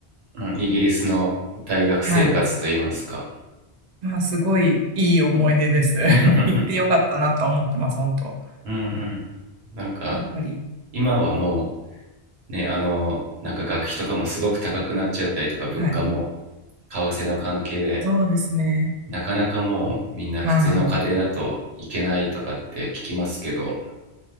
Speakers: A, on the right; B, on the right.
A: うん、イギリスの大学生活といいますか。
B: はい。まあ、すごいいい思い出です。
A: <laughs>
B: <laughs> 行ってよかったなとは思ってます、本当。
A: うんうん。なんか、
B: やっぱり。
A: 今はもう、ね、あの、なんか学費とかもすごく高くなっちゃったりとか、物価も
B: はい。
A: 為替の関係で、
B: そうですね。
A: なかなかもうみんな普通の家庭だと行けないとかって聞きますけど、
B: はい。